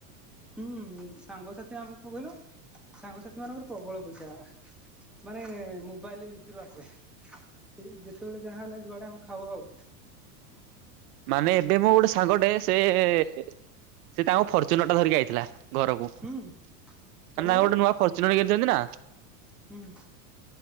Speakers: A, in the centre; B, on the right (about 70°).
A: ହୁଁ ସାଙ୍ଗସାଥି ଆମକୁ କଣ କହିଲ ସାଙ୍ଗସାଥି ମାନଙ୍କର ପ୍ରବଳ ପଇସା। ମାନେ ମୋବାଇଲ ଭିତରୁ ଆସେ। ସେ ଯେତେବେଳେ ଯାହା ହେଲା ଯୁଆଡେ ଆମେ ଖାଉ ଆଉ।
B: ମାନେ ଏବେ ମୁଁ ଗୋଟେ ସାଙ୍ଗଟେ ସେ ଏ ତାଙ୍କ ଫର୍ଚୁନର ଟା ଧରିକି ଆଇଥିଲା। ଘରକୁ ମାନେ
A: ହୁଁ ତମ ଘରକୁ
B: ଗୋଟେ ନୂଆ ଫର୍ଚୁନର କିଣିଛନ୍ତି ନା?
A: ହୁଁ।